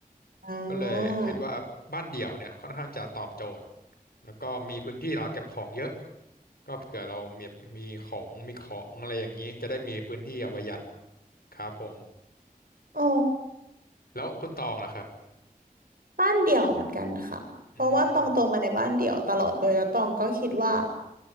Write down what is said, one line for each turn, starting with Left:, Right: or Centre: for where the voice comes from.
Right: อ่า
Left: ก็เลยคิดว่าบ้านเดี่ยวเนี่ยค่อนข้างจะตอบโจทย์แล้วก็มีพื้นที่เราเก็บของเยอะก็เผื่อเรามีมีของมีของอะไรอย่างนี้จะได้มีพื้นที่เอาไว้ยัดครับผม
Right: อ๋อ
Left: แล้วคุณตองล่ะครับ
Right: บ้านเดี่ยวเหมือนกันค่ะ เพราะว่าตองโตมาในบ้านเดี่ยวตลอดเลยแล้วตองก็คิดว่า
Left: อืม